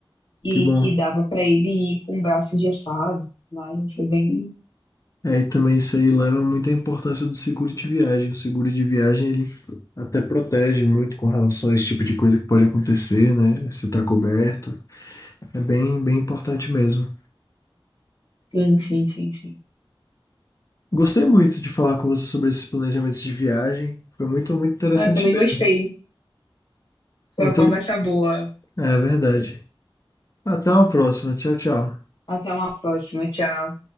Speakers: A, on the left; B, on the left.
A: e
B: que bom.
A: que dava pra ele ir com o braço engessado, mas foi bem.
B: É, e também isso aí leva muito à importância do seguro de viagem. O seguro de viagem, ele até protege muito com relação a esse tipo de coisa que pode acontecer, né? Você tá coberto. É bem, bem importante mesmo.
A: Sim, sim, sim, sim.
B: Gostei muito de falar com você sobre esses planejamentos de viagem. Foi muito, muito interessante
A: Ah, eu também
B: mesmo.
A: gostei. Foi
B: Muito,
A: uma conversa boa.
B: é verdade. Até uma próxima. Tchau, tchau.
A: Até uma próxima. Tchau.